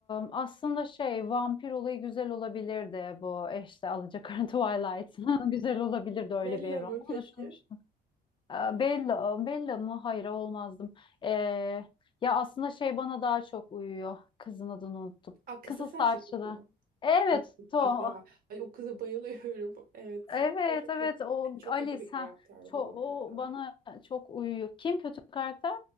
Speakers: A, on the left; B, on the right.
A: aslında şey, vampir olayı güzel olabilirdi bu. E işte Alacakaranlı <laughs> Twilight. <laughs> Güzel olabilirdi öyle
B: Bella
A: bir evren.
B: mı
A: Bunu
B: peki?
A: düşünmüştüm. Eee, Bella, Bella mı? Hayır, olmazdım. Eee, ya aslında şey bana daha çok uyuyor. Kızın adını unuttum.
B: Aa, kızın
A: Kızıl
B: saçlı
A: saçlı.
B: kız mı?
A: Evet,
B: Ay, çok
A: o.
B: güzel. Ay o kıza bayılıyorum. Evet.
A: Evet
B: O da Çok
A: evet
B: kötü,
A: o
B: çok
A: Alice
B: kötü bir
A: ha
B: karakter
A: çok
B: bu arada.
A: o bana çok uyuyor. Kim kötü karakter?